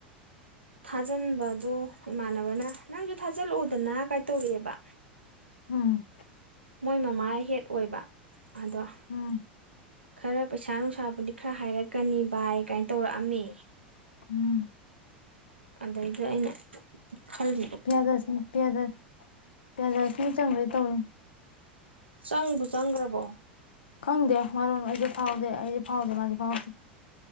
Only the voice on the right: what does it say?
ꯊꯥꯖꯤꯟꯕꯗꯣ ꯏꯃꯥꯟꯅꯕꯅ ꯅꯪꯁꯨ ꯊꯥꯖꯤꯜꯂꯛꯑꯣꯗꯅ ꯀꯥꯏ ꯇꯧꯔꯛꯑꯦꯕ
ꯃꯣꯏ ꯃꯃꯥꯏꯍꯦꯠ ꯑꯣꯏꯕ ꯑꯗꯣ
ꯈꯔ ꯄꯩꯁꯥ ꯅꯨꯡꯁꯥꯕꯨꯗꯤ ꯈꯔ ꯍꯥꯏꯔꯛꯀꯅꯤ ꯕꯥꯏ ꯀꯥꯏꯅ ꯇꯧꯔꯛꯑꯝꯃꯦ
ꯑꯗꯩꯗ ꯑꯩꯅ ꯈꯜꯂꯤ
ꯆꯪꯕꯨ ꯆꯪꯈ꯭ꯔꯕꯣ